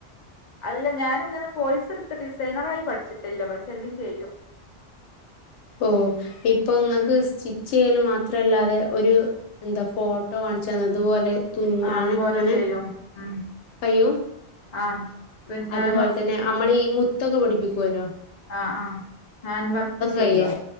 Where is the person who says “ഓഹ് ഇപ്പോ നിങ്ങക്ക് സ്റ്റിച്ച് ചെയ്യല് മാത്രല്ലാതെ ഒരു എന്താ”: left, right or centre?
Left